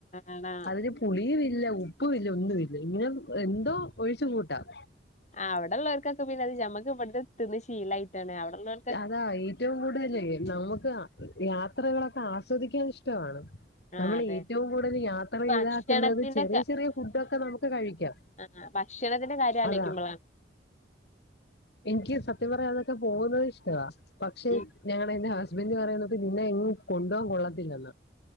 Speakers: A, on the left (about 40°); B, on the left (about 60°).
A: ആണോ
B: അതിന് പുളിയും ഇല്ല ഉപ്പ ഉപ്പും ഇല്ല ഒന്നും ഇല്ല ഇങ്ങനെ എന്തോ ഒഴിച്ചു കൂട്ടാം
A: ആഹ് അവിടെ ഉള്ളവർക്കൊക്കെ പിന്നെ അത് നമ്മക്ക് ഇവിടുത്തെ തിന്ന് ശീലമായിട്ടാണ് അവിടെള്ളവർക്ക്
B: അതാ ഏറ്റവും കൂടുതലെ നമുക്ക് യാത്രകളൊക്കെ ആസ്വദിക്കാൻ ഇഷ്ടമാണ്
A: ആ
B: നമ്മള്
A: അതെ
B: ഏറ്റവും കൂടുതൽ യാത്ര
A: ഈ ഭക്ഷണത്തിന്റെ
B: ഇതാക്കുന്നത് ചെറിയ ചെറിയ ഫുഡ് ഒക്കെ നമുക്ക് കഴിക്കാം
A: ആഹ് ഭക്ഷണത്തിന്റെ കാര്യം ആലോചിക്കുമ്പോഴാണ്
B: അതാ എനിക്ക് സത്യം പറഞ്ഞാ അവിടെയൊക്കെ പോകുന്നത് ഇഷ്ടവാ പക്ഷെ
A: ഉം
B: ഞങ്ങള് എന്റെ ഹസ് ഹസ്ബൻഡ് പറയണേ നിന്നെ എങ്ങും കൊണ്ടു പോവാൻ കൊള്ളത്തില്ലന്ന്